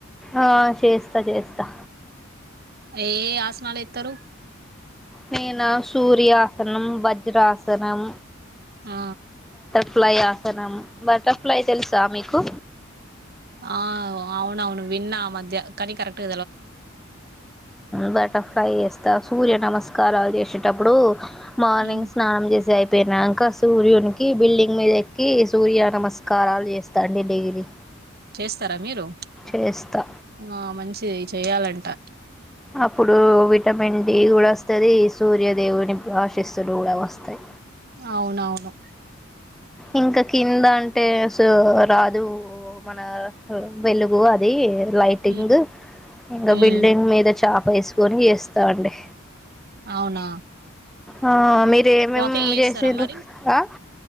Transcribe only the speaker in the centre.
ఆ చేస్తా చేస్తా
నేనా సూర్యాసనం వజ్రాసనం
ఫ్లై ఆసనం బటర్ఫ్లై తెలుసా మీకు
బటర్ఫ్లై వేస్తా సూర్య నమస్కారాలు చేసేటప్పుడు మార్నింగ్
స్నానం చేసి అయి ప్పనాక సూర్యునికి బిల్డింగ్ మీద ఎక్కి సూర్య నమస్కారాలు చేస్తాండి డైలీ
చేస్తా
అప్పుడు విటమిన్ డి కూడా వస్తుంది సూర్య దేవ్ ఆశీస్సులు కూడా వస్తాయి
ఇంకా కింద అంటే సో రాదు మన వెలుగు అది లైటింగ్
ఇంకా
బిల్డింగ్ మీద చాప వేసుకొని వస్తా అండి
ఆ మీరేమేం
చేసిండ్రు
ఆ